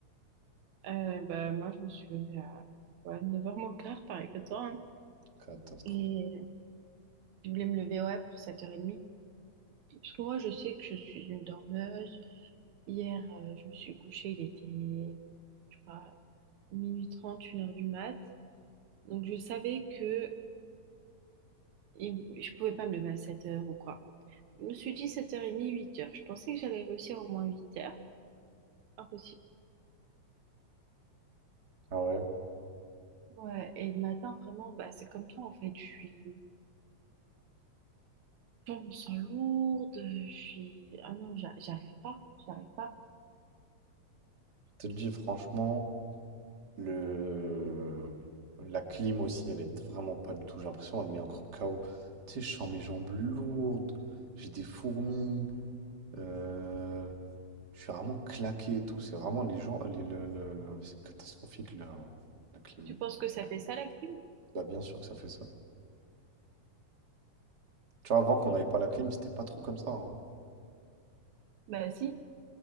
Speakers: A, on the right; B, on the right.
A: Euh, bah, moi, je me suis levée à ouais, neuf heures moins quart, pareil que toi. hein.
B: Catastrophe.
A: Et je voulais me lever, ouais, pour 7h30. Parce que moi, je sais que je suis une dormeuse. Hier, euh, je me suis couchée, il était, je crois, minuit trente une heure du mat. Donc, je savais que il- je pouvais pas me lever à 7 heures ou quoi. Je me suis dit 7h30, 8 heures. Je pensais que j'allais réussir au moins 8 heures. Impossible.
B: Ah ouais?
A: Ouais, et le matin, vraiment, bah, c'est comme toi, en fait. Je suis, je me sens lourde. Je suis, ah non, j'a- j'arrive pas, j'arrive pas.
B: Je te le dis, franchement, le... la clim aussi, elle est vraiment pas du tout, j'ai l'impression, elle met encore KO. Tu sais, je sens mes jambes lourdes, j'ai des fourmis. euh, Je suis vraiment claqué et tout. C'est vraiment les gens. Les, le, le- le- c'est catastrophique la, la clim.
A: Tu
B: hein.
A: penses que ça fait ça, la clim?
B: Bah, bien sûr que ça fait ça. Tu vois, avant qu'on n'avait pas la clim, c'était pas trop comme ça. hein.
A: Bah, si.